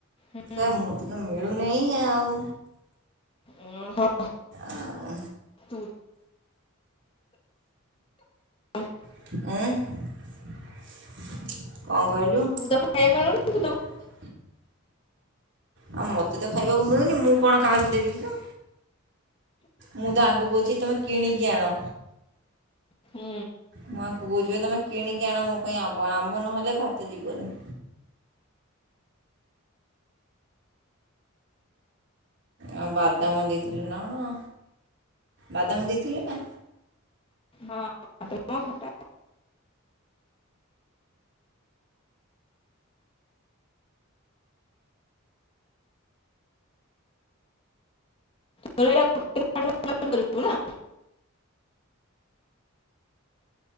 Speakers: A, on the left; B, on the right.
A: ହୁଁ
B: ତା ମୁତି ତ ମଳୁ ନେଇଁ ଆଉ।
A: ଓହୋ।
B: ଆଉ
A: ତୁ ଆଁ
B: ଉଁ କଣ କହିଲୁ?
A: ତୁ ତ ଖାଇବାକୁ ମିଳୁନି ତୁ ତ
B: ଆଉ ମୋତେ ତ ଖାଇବାକୁ ମିଳୁନି ମୁଁ କଣ କାହାକୁ ଦେବି କି ଲୋ। ମୁଁ ତ ଆଙ୍କୁ କଉଚି ତମେ କିଣିକି ଆଣ।
A: ହୁଁ।
B: ମୁଁ ଆଙ୍କୁ କହୁଚି ପା ତମେ କିଣିକି ଆଣ ମୋ ପାଇଁ ଆମ୍ବ ଆମ୍ବ ନହେଲେ ଭାତ ଯିବନି। ଆଉ ବାଦାମ ଦେଇଥିଲେ ନା କଣ ବାଦାମ ଦେଇଥିଲେ ନା?
A: ହଁ ତ ଖଟା <unintelligible> ବୁ ନାଁ